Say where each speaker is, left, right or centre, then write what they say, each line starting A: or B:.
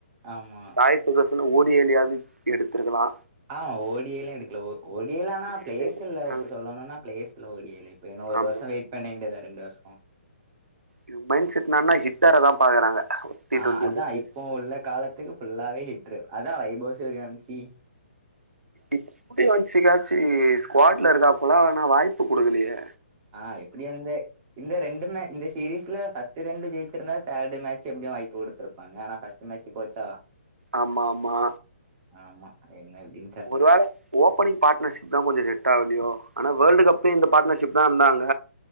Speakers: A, on the right; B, on the right.
A: ஆமா
B: சாய் சுதர்சனு ஓடியோடியாவது எடுத்துருக்கலா
A: ஆமா ஓடியெல்லா எடுக்கல ஓ ஓடியல ஆனா
B: ஓடிஐலயே
A: ப்ளேஸில்ல
B: முடிச்சுட்டாங்க
A: சொல்லுணுன்னா பிளேஸ்ல ஓடியோடி இப்ப இன்னு ஒரு
B: ஆமா
A: வருஷ வெயிட் பண்ண வேண்டியதா ரெண்டு வருஷ
B: இவுங்க மைண்ட் செட் என்னனா ஹிட்டாரதா பாக்குறாங்க டி
A: அ
B: டுவெண்ட்டியை
A: அதா
B: பொறுத்தவரை
A: இப்போ உள்ள காலத்துக்கு ஃபுல்லாவே ஹிட்ரு அதா வைபோ ஸேரியாம்சி
B: இப்பிவன்சுக்காச்சி ஸ்குவாட்ல இருக்காப்பல ஆனா வாய்ப்பு குடுக்கலையே
A: ஆ இப்டி இருந்தே இந்த ரெண்டுமே இந்த சீரிஸ்ல ஃபஸ்ட்டு ரெண்டு ஜெயிச்சிருந்தா தேர்டு மேட்ச் எப்பிடியு வாய்ப்பு குடுத்துருப்பாங்க ஆனா ஃபஸ்ட் டு மேட்ச்சு போச்சா
B: ஆமாமா
A: ஆமா இன்னோரு டீ
B: ஒருவேள ஓப்பனிங பாட்னர்ஷிப் தா கொஞ்ச செட்டாவுலையோ ஆனா வேர்ல்டு கப்ல இந்த பாட்னர்ஷிப் தா இருந்தாங்க